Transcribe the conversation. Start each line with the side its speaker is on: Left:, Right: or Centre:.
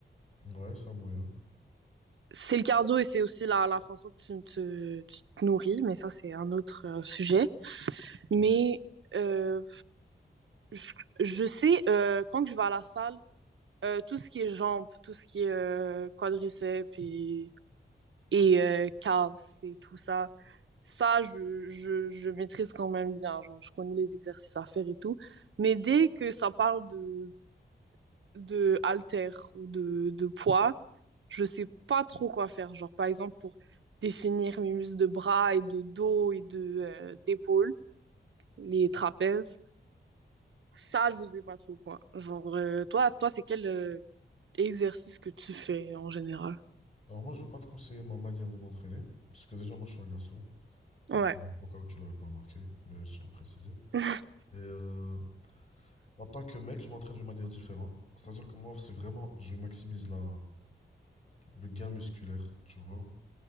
Left: Ouais, c'est un moyen.
Right: c'est le cardio et c'est aussi la, la façon que tu te, tu te nourris, mais ça, c'est un autre euh, sujet.
Left: Mhm.
Right: Mais euh, je, je sais, euh, quand je vais à la salle, euh, tout ce qui est jambes, tout ce qui est euh, quadriceps et, et euh, calves et tout ça, ça, je, je, je maîtrise quand même bien. Genre, je connais les exercices à faire et tout. Mais dès que ça parle de de haltère ou de, de poids, je sais pas trop quoi faire. Genre, par exemple, pour définir mes muscles de bras et de dos et de euh, d'épaule, les trapèzes, ça, je sais pas trop quoi. Genre, euh, toi, toi, c'est quel euh, exercice que tu fais en général?
Left: Alors moi, je vais pas te conseiller ma manière de m'entraîner parce que déjà, moi, je suis un garçon.
Right: Ouais,
Left: Donc, Au cas où tu l'aurais pas remarqué, mais je tiens à le préciser.
Right: <laughs>
Left: Et euh, en tant que mec, je m'entraîne d'une manière différente. C'est-à-dire que moi, c'est vraiment, je maximise la, le gain musculaire, tu vois.